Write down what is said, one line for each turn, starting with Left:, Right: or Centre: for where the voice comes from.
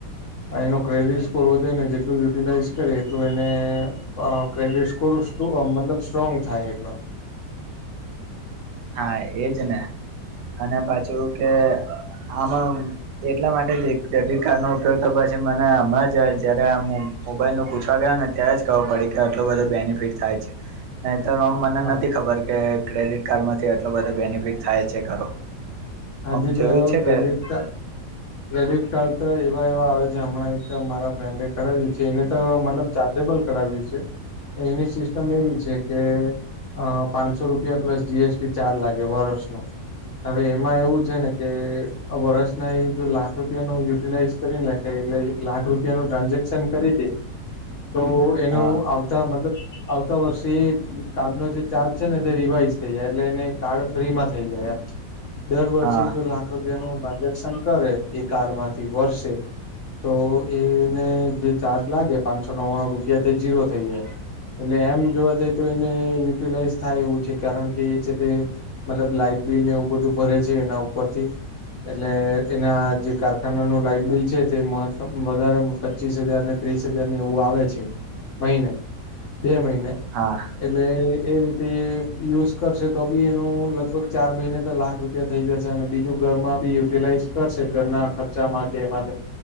Left: એનો ક્રેડિટ સ્કોર વધે ને જેટલું યુટિલાઈઝ કરે એટલું એને ક્રેડિટ સ્કોર મતલબ સ્ટ્રોંગ થાય એટલો.
Right: હા એજ ને અને પાછું કે આમાં એટલા માટે જ ક્રેડિટ કાર્ડનો ઉપયોગ તો પછી મને હમણાં જ જયારે આમ મોબાઈલ નું પૂછવા ગયો ન ત્યારે જ ખબર પડી કે આટલું બધો બેનિફિટ થાય છે નહી તો મને
Left: હા
Right: નથી ખબર કે ક્રેડિટ કાર્ડ માંથી એટલો બધો બેનિફિટ થાય છે ખરો. આમ
Left: હજી
Right: જોયું
Left: તો
Right: છે
Left: ક્રેડિટ
Right: કે.
Left: કાર્ડ ક્રેડિટ કાર્ડ તો એવા એવા આવે છે હમણાં એક મારા ફ્રેન્ડ એ કરાવ્યું છે એને તો મતલબ ચ જેબલ કરાવ્યું છે એની સિસ્ટમ એવી છે કે અ પાંચસો રૂપિયા પ્લસ જીએસટી ચાર્જ લાગે વર્ષ નો હવે એમાં એવું છે ને કે વરસ ના એ જો લાખ રૂપિયા ન યુટિલાઈઝ કરીને લખે એટલે લાખ રૂપિયા નું ટ્રાન્ઝેક્શન કરી દે. તો એનું
Right: હા
Left: આવ મતલબ આવતા વર્ષે કારનો જે ચાર્જ છે ને તે રિવાઈઝ થઈ જાય એટલે એને કાર્ડ ફ્રી માં થઈ જાય એમ.
Right: <inaudible>
Left: દર વર્ષે
Right: હા
Left: જો લાખ રૂપિયા ન ટ્રાન્ઝેક્શન કરે એ કાર્ડમાંથી વર્ષે તો એને જે ચાર્જ લાગે પાંચસો નવા્વાણું રૂપિયા તે જીરો થઈ જાય. એટલે એમ જોવા જઈ તો એને યુટિલાઈઝ થાય એવું છે કારણ કે એ છે તે મતલબ લાઈટ બિલને એવું બધું ભરે છે એના ઉપરથી એટલે ના જે કારખાનાનું લાઈટ બિલ છે તે મહ વધારે- પચીસ હજાર ને ત્રીસ હજાર ને એવું આવે છે મહિને બે મહિને.
Right: હા.
Left: એટલે એ રીતે યુઝ કરશે તો બી એનું લગભગ ચાર મહિને તો લાખ રૂપ ઉપ થઈ જશે અને બીજું ઘરમાં બી યુટિલાઈઝ કરશે ઘરના ખર્ચામાં એમાં